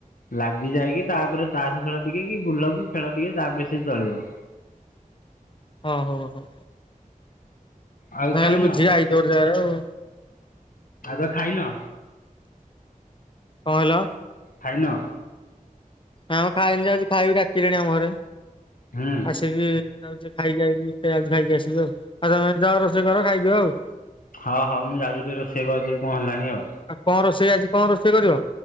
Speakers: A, on the left; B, on the left.
A: ଲାଗି ଯାଇକି ତାପରେ ତାସ୍ ଖେଳ ଟିକେ କି, ବୁଲ କି ଖେଳ ଟିକେ ତାପରେ ସେ ଚଳିବ।
B: ହଁ ହଉ ହଉ।
A: ଆଉ
B: ନହେଲେ
A: ଖାଇନ
B: ବୁଝି ଆଇଚ ବୋଧେ ଯାର ଆଉ।
A: ଆଗ ଖାଇନ?
B: କଣ ହେଲା।
A: ଖାଇନ?
B: ହଁ ମୁଁ ଖାଇମି ଯାଉଚି, ଖାଇବି ଡାକିଲେଣି ଆମ ଘରେ।
A: ହୁଁ।
B: ଆସିବି ଯାଉଛି ଖାଇକି ଆଇଲି ଫେର ଯାଉଚୁ ଖାଇକି ଆସିବି ଆଉ, ଆଉ ତୋମେ ଯାଅ ରୋଷେଇ କର ଖାଇଦିଅ ଆଉ।
A: ହଁ, ହଁ ମୁଁ ଯାଉଚି ଟିକେ ରୋଷେଇ କରିଦେବି କଣ ହେଲାଣି ଆଉ।
B: କଣ ରୋଷେଇ ଆଜି କଣ ରୋଷେଇ କରିବ